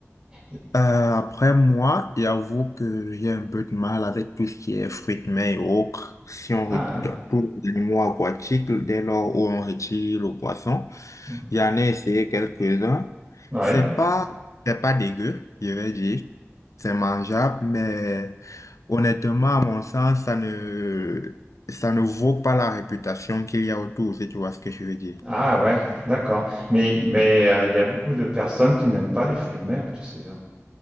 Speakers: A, on the right; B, on the left.
A: Et-
B: Euh, après moi, j'avoue que j'ai un peu de mal avec tout ce qui est fruits de mer et autres. Si on retire
A: Ah oui.
B: tous les animaux aquatiques, dès lors où on retire le poisson,
A: Hmm.
B: j'en ai essayé quelques-uns.
A: Ouais.
B: C'est pas, c'est pas dégueu, je vais dire. C'est mangeable, mais honnêtement, à mon sens, ça ne, ça ne vaut pas la réputation qu'il y a autour, si tu vois ce que je veux dire.
A: Ah ouais, d'accord. Mais mais euh, il y a beaucoup de personnes qui n'aiment pas les fruits de mer, tu sais. hein.